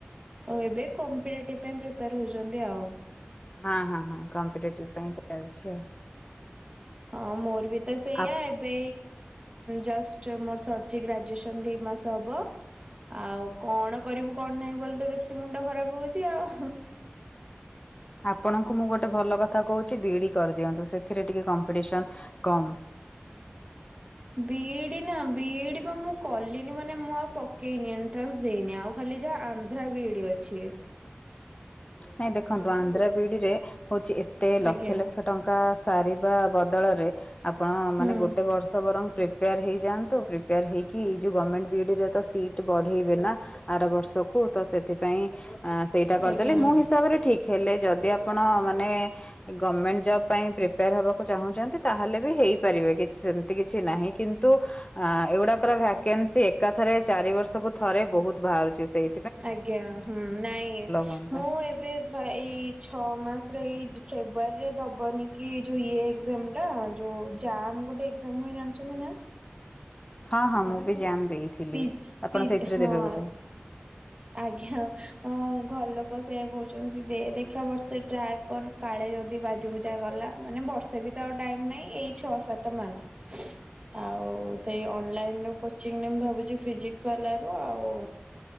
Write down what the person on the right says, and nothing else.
ଓ ଏବେ କମ୍ପିଟେଟିଭ ପାଇଁ ପ୍ରିପେୟାର ହଉଛନ୍ତି ଆଉ
ହଁ ମୋର ବି ତ ସେଇଆ
ଏବେ ଜଷ୍ଟ ମୋର ସରିଛି ଗ୍ରାଜୁଏସନ୍ ଦୁଇ ମାସ ହେବ ଆଉ କଣ କରିବୁ କଣ ନାହିଁ ବୋଲି ତ ବେଶୀ ମୁଣ୍ଡ ଖରାପ ହଉଛି ଆଉ
ବିଇଡି ନା ବିଇଡି ବା ମୁଁ କଲିନି ମାନେ ମୁଁ ଆଉ ପକେଇନି ଏଣ୍ଟ୍ରାନ୍ସ ଦେଇନି ଆଉ ଖାଲି ଯାହା ଆନ୍ଧ୍ରା ବିଡି ଅଛି
ଆଜ୍ଞା
ହୁଁ
ଆଜ୍ଞା।
ଆଜ୍ଞା ହୁଁ ନାଇଁ
ମୁଁ ଏବେ ତ ଏଇ ଛଅ ମାସରେ ଏଇ ଫେବୃଆରୀରେ ଦବନି କି ଯୋଉ ଇଏ ଏକ୍ଜାମ ଟା ଯୋଉ ଜମ୍ ଗୋଟେ ଏଜାମ ହୁଏ ଜାଣିଛନ୍ତି ନା
ପିଜ୍
ପିଜ୍
ହଁ
ଆଜ୍ଞା ଘର ଲୋକ ସେୟଆ କହୁଛନ୍ତି ଦେ ଦେଖିବା ବର୍ଷ ଟ୍ରାକ୍ କର କାଳେ ଯଦି ବାଜିବୁଜା ଗଲା ମାନେ ବର୍ଷେ ବି ତ ଆଉ ଟାଇମ୍ ନାହିଁ ଏଇ ଛଅ ସାତ ମାସ
ଆଉ ସେଇ ଅନଲାଇନ କୋଚିଂ ମୁ ଭାବୁଛି ଫିଜିକସ ବାଲ ର ଆଉ